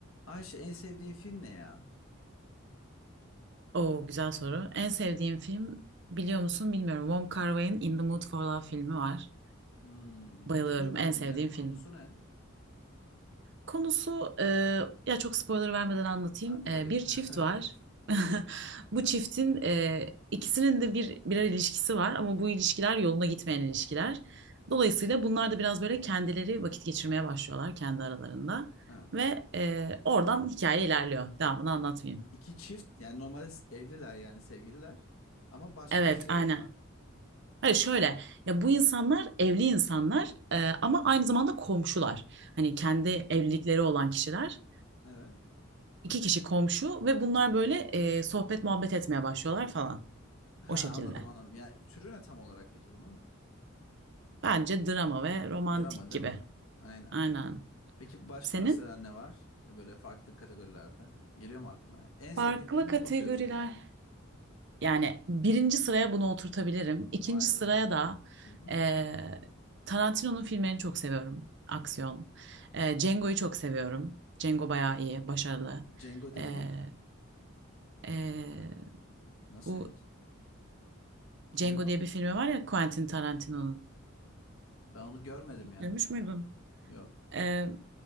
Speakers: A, on the left (about 85°); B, on the right (about 60°).
A: Ayşe en sevdiğin film ne ya?
B: Oo, güzel soru. En sevdiğim film biliyor musun bilmiyorum. Wong Kar-wai'nin In the Mood for Love filmi var.
A: Hmm,
B: Bayılıyorum.
A: hiç duymadım
B: En sevdiğim
A: yani
B: film.
A: konusu ne?
B: Konusu e, ya çok spoiler vermeden anlatayım.
A: A, tabii.
B: E, bir çift var.
A: <laughs>
B: <laughs>
A: Evet.
B: Bu çiftin e, ikisinin de bir birer ilişkisi var ama bu ilişkiler yoluna gitmeyen ilişkiler. Dolayısıyla bunlar da biraz böyle kendileri vakit geçirmeye başlıyorlar kendi aralarında
A: Ha.
B: ve e, oradan hikaye ilerliyor. Devamını anlatmayayım.
A: İki çift yani normalde s- evliler yani sevgililer ama başka
B: Evet,
A: ilişkileri
B: aynen.
A: mi var?
B: Hayır şöyle ya bu insanlar evli insanlar e, ama aynı zamanda komşular. Hani kendi evlilikleri olan kişiler.
A: Evet.
B: İki kişi komşu ve bunlar böyle e, sohbet muhabbet etmeye başlıyorlar falan
A: Ha
B: o şekilde.
A: anladım anladım. Yani türü ne tam olarak peki bunun?
B: Bence drama ve romantik
A: Drama değil
B: gibi.
A: mi? Aynen.
B: Aynen.
A: Peki başka
B: Senin?
A: mesela ne var? E, Böyle farklı kategorilerde. Geliyor mu aklına? ya? En sevdiğin
B: Farklı
A: filmi
B: kategoriler.
A: bu diyorsun yani.
B: Yani birinci sıraya bunu oturtabilirim. İkinci
A: Vay
B: sıraya
A: be.
B: da
A: Hı hı.
B: e, Tarantino'nun filmlerini çok seviyorum. Aksiyon. E, Django'yu çok seviyorum. Django bayağı iyi, başarılı.
A: Django dediğin
B: E, e,
A: nasıl
B: bu
A: yani? Kimin
B: Django
A: o?
B: diye bir filmi var ya Quentin Tarantino'nun.
A: Ben onu görmedim ya.
B: Görmüş müydün?
A: Yok.
B: E,